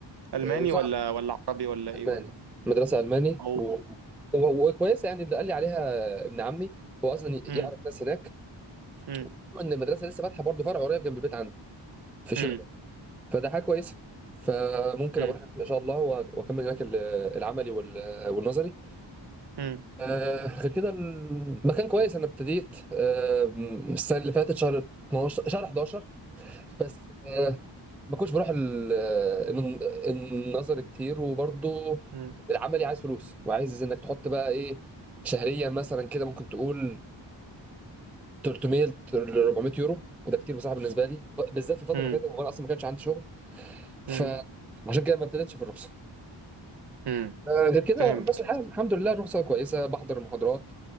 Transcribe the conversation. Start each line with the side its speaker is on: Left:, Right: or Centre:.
Right: الماني
Centre: آه، وصعب
Right: ولا ولا عربي ولا ايه
Centre: الماني
Right: ولا
Centre: مدرسه الماني
Right: او
Centre: و... و- وكويسه يعني اللي قال لي عليها ابن عمي هو اصلا يعرف
Right: امم
Centre: ناس هناك
Right: امم
Centre: حلو ان المدرسه لسه فاتحه برضه فرع قريب جنب البيت عندي في شبرا
Right: امم
Centre: فده حاجه كويسه فممكن
Right: امم
Centre: اروح ان شاء الله وأك- واكمل هناك ال- العملي وال- والنظري
Right: امم
Centre: آه، غير كده المكان كويس انا ابتديت آه، السنه اللي فاتت شهر 12 شهر 11 بس آه، ما كنتش بروح ال- الن- النظر كتير وبرضه
Right: امم
Centre: العملي عايز فلوس وعايز انك تحط بقى ايه شهريا مثلا كده ممكن تقول 300 ل 400 يورو وده كتير بصراحه بالنسبه لي ب- بالذات في الفتره
Right: امم
Centre: اللي فاتت وانا اصلا ما كانش عندي شغل فعشان
Right: امم
Centre: كده ما ابتديتش في الرخصه
Right: امم
Centre: آه، غير كده
Right: فهمت
Centre: في نفس الحال الحمد لله الرخصه كويسه بحضر المحاضرات